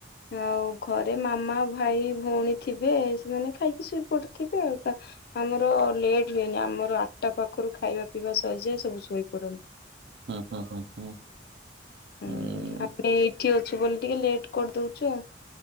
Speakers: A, on the left (about 50°); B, on the right (about 60°).
A: ଆଉ ଘରେ ମାମା, ଭାଇ, ଭଉଣୀ ଥିବେ ସେମାନେ ଖାଇକି ଶୋଇ ପଡ଼ିଥିବେ। ଆଉ ତା ଆମର ଲେଟ୍ ହୁଏନି। ଆମର ଆଠଟା ପାଖରୁ ଖାଇବା ପିଇବା ସରିଯାଏ ସବୁ ଶୋଇପଡନ୍ତି।
B: ହଁ ହଁ ହୁଁ ଉଁ ଉଁ
A: ହୁଁ
B: ଉଁ।
A: ଆମେ ଏଠି ଅଛୁ ବୋଲି ଟିକେ ଲେଟ କରିଦଉଛୁ। ଆଉ